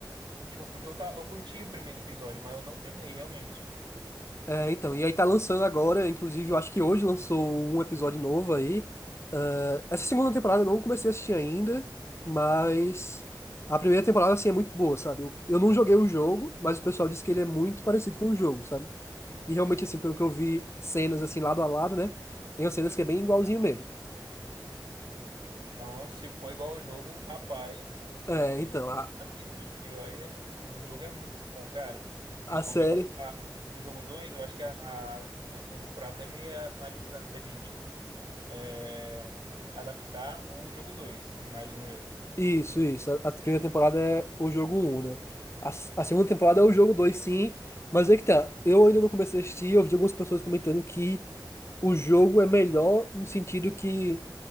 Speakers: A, on the right; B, on the left.
A: Tipo, porque eu, tá, eu curti o primeiro episódio, mas eu não terminei realmente.
B: É, então, e aí tá lançando agora, inclusive eu acho que hoje lançou um episódio novo aí. Ah, essa segunda
A: Hum.
B: temporada eu não comecei a assistir ainda, mas a primeira temporada, assim, é muito boa, sabe? Eu, eu não joguei o jogo, mas o pessoal disse que ele é muito parecido com o jogo, sabe? E realmente, assim, pelo que eu vi cenas, assim, lado a lado, né? Tem umas cenas que é bem igualzinho mesmo.
A: Então, se for igual ao jogo, rapaz.
B: É, então,
A: Eles estão
B: a,
A: no capítulo, viu? Porque aí é- o jogo é muito bom, cara. Principalmente
B: a série.
A: as- a- o jogo 2 eu acho que a, a, a segunda temporada deve analisar, deve, tipo, é, adaptar o jogo 2, imagino eu.
B: Isso, isso. A, a primeira temporada é o jogo um né? A, s- a segunda temporada é o jogo dois sim. Mas é que tá. Eu ainda não comecei a assistir. Eu vi algumas pessoas comentando que o jogo é melhor no sentido que